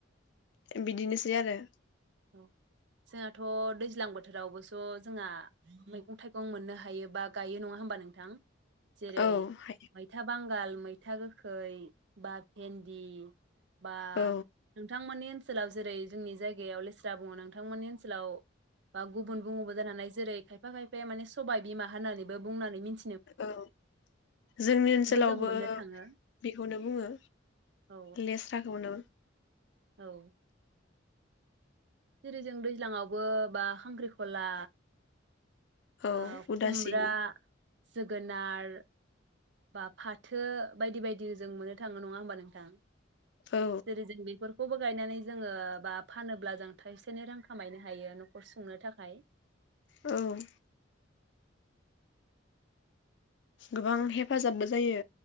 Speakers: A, on the left (about 60°); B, on the right (about 60°).
A: बिदिनोसै आरो
B: जोंहाथ' दैज्लां बोथोरावबोस' जोंहा मैगं थाइगं मोननो हायो बा गायो नङा होमबा नोंथां जेरै
A: औ
B: मैथा बांग बाल मैथा गोखै बा भेन्दि बा
A: औ
B: नोंथां मोननि ओनस सोलाव जेरै जोंनि जायगायाव लेस जा बुङो नोंथांमोननि ओनसोलाव बा गुबुन बुङोबो जानो हानाय। जेरै खायफा खायफाया माने सबाय बिमा होननानैबो बुंनानै मिथ
A: औ जोंनि ओनसोलावबो
B: जों मोननो थाङो
A: बेखौनो बुङो
B: औ
A: लेस्राखौनो
B: औ जेरै जों दैज्लाङावबो बा खांख्रिखला
A: औ
B: ओ
A: उदासि
B: खुमब्रा जोगोनार बा फाथो बायदि बायदि जों मोननो थाङो नङा होमबा नोंथां?
A: औ
B: जेरै जों बेफोर खौबो गायनानै जोङो बा फानोब्ला जों थाइसे थाइनै रां खामायनो हायो न'खर सुंनो थाखाय।
A: औ गोबां हेफाजाबबो जायो।